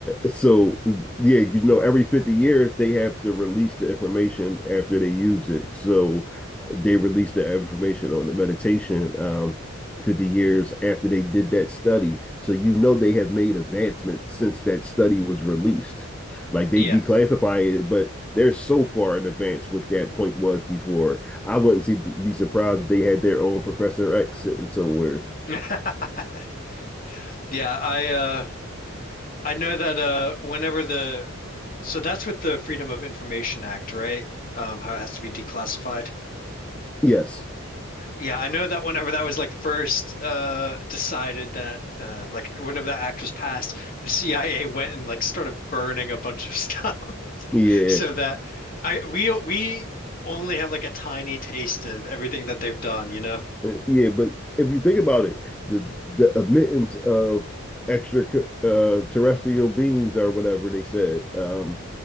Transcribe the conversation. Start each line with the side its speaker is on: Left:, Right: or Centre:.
Centre: So, yeah, you know, every 50 years they have to release the information after they use it. So they release the information on the meditation um 50 years after they did that study. So you know they have made advancement since that study was released. Like they
Left: yeah.
Centre: declassify it, but they're so far in advance what that point was before. I wouldn't see, be surprised if they had their own Professor X sitting somewhere.
Left: <laughs> Yeah, I uh I know that uh whenever the so that's with the Freedom of Information Act, right? Um, how it has to be declassified.
Centre: Yes.
Left: Yeah, I know that whenever that was like first uh decided that uh like whenever that act was passed, the CIA went and like started burning a bunch of stuff
Centre: Yeah.
Left: <laughs> so that I we we only have like a tiny taste of everything that they've done, you know?
Centre: Uh, Yeah. But if you think about it, the the admittance of extra uh, terrestrial beings or whatever they said, um,